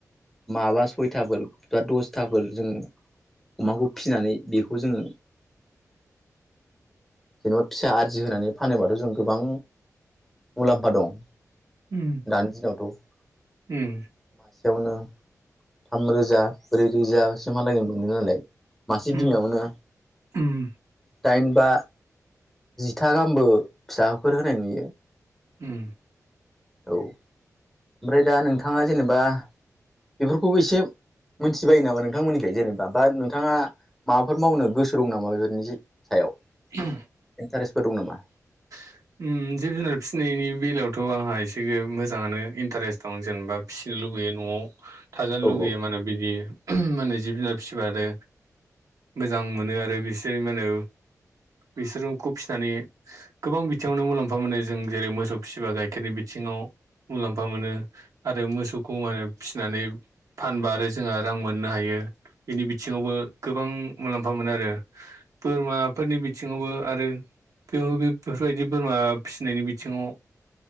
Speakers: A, in the centre; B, on the right.
A: माबा सयथाफोर बा दसथाफोर जों अमाखौ फिनानै बेखौ जोङो जेनेबा फिसा आरजि होनानै फानोबाथ' जों गोबां मुलाम्फा दं
B: उम
A: दानि दिनावथ'
B: उम
A: मासेयावनो थामरोजा ब्रै रोजासो मलाायगोन मोनदों नालाय मासे
B: उम
A: बिमायावनो
B: उम
A: दाइन बा जिथा गाहामबो फिसाफोर होनाय नुयो।
B: उम
A: औ ओमफ्राय दा नोंथाङा जेनेबा बेफोरखौबो एसे मोनथिबायायो नामा नोंथांमोननिखाय जेनेबा बा नोंथाङा माबाफोर मावनो गोसो दं नामा बेफोरनि सायाव
B: औ
A: इन्टारेस्टबो दं नामा?
B: उ जिब-जुनार फिसिनायनि बेलायावथ' आंहा एसे मोजाङानो इन्टारेस्ट दं जेनेबा फिसिनाय लुबैयो न'आव थानो
A: औ
B: लुबैयो
A: औ
B: माने बिदि माने जिब जुनार फिसिबाय आरो मोजां मोनो आरो बिसोर मा होनो बिसोरखौ फिसिनानै गोबां बि थिङावनो मुलाम्फा मोनो जों जेरै मोसौ फिसिबा गाइखेरनि बिथिङाव मुलाम्फा मोनो आरो मोसौखौ माने फिसिनानै फानबा आरो जोंहा रां मोननो हायो बिनि बिथिङावबो गोबां मुलाम्फा आरो बोरमाफोरनि बिथिङावबो आरो बेयाव बे बेफोरबायदि बोरमा फिसिनायनि बिथिङाव